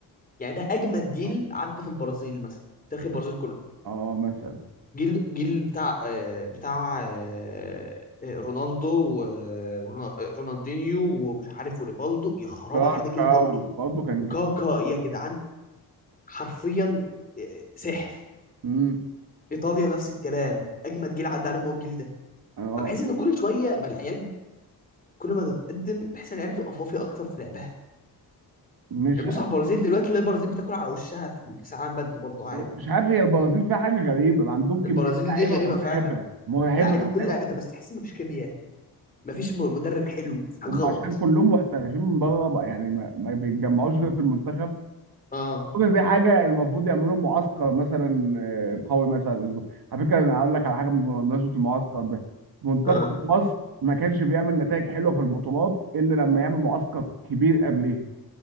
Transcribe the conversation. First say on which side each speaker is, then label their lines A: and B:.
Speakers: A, on the left; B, on the right.
A: يعني ده اجمد جيل
B: اه
A: عدى في البرازيل مثلا تاريخ البرازيل كله
B: آه، مثلا
A: جيل جيل بتاع آه، بتاع آه، آه، رونالدو ورونالدينيو ومش عارف وريفالدو يا خراب
B: كاكا
A: على ده جيل برضه
B: برضه كان
A: وكاكا
B: جه-
A: يا جدعان حرفيا آه، سحر
B: مم.
A: ايطاليا نفس الكلام اجمد جيل عدى عليهم هو الجيل ده
B: اه
A: فبحس ان كل شويه بقى العيال كل ما تتقدم بحيث ان العيال بتبقى فافيه اكتر في لعبها
B: مش
A: يعني بص على البرازيل دلوقتي تلاقي البرازيل بتاكل على وشها في الكاس العالم بدري برضه عادي
B: مش عارف هي البرازيل فيها حاجه غريبه عندهم كميه
A: البرازيل
B: لعيبه
A: دي غريبه
B: مرعبه
A: فعلا
B: مرعبه
A: لعيبه
B: لعيبه
A: كل لعيبتها بس تحس مفيش كيمياء مفيش م- مدرب حلو في حاجه
B: هم
A: غلط
B: عشان كلهم محترفين من بره بقى يعني ما, ما بيتجمعوش غير في المنتخب
A: اه
B: المفروض دي حاجه المفروض يعملوا لهم معسكر مثلا آه، قوي مثلا اسبوع على فكره انا هقول لك على حاجه بمناسبه المعسكر ده منتخب
A: اه
B: مصر ما كانش بيعمل نتائج حلوه في البطولات الا لما يعمل معسكر كبير قبليها